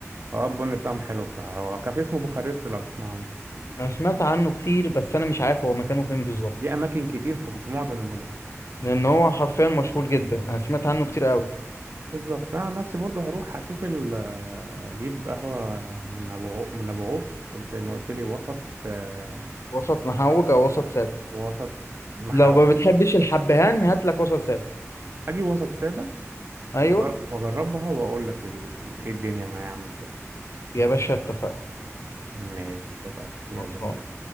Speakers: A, on the right; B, on the left.
A: اه البن بتاعهم حلو بصراحة هو كافيه اسمه بوخارست لو تسمع عنه
B: انا سمعت عنه كتير بس انا مش عارف هو مكانه فين بالظبط
A: ليه أماكن كتير في في معظم المولات
B: لان هو حرفيا مشهور جدا انا سمعت عنه كتير قوي
A: بالظبط أنا عن نفسي برضه هروح أشوف ال أجيب قهوة من أبو عو- من أبو عوف زي ما قلت لي وسط آه،
B: وسط محوج او
A: وسط
B: وسط سادس
A: وسط محاور
B: لو ما بتحبش الحبهان هات لك وسط سادس
A: أجيب وسط سادة
B: ايوه
A: وأجر- وأجربها وأقول لك ال- إيه الدنيا معايا عاملة إزاي
B: يا باشا اتفقنا
A: ماشي اتفقنا يلا
B: خلصان.
A: سلام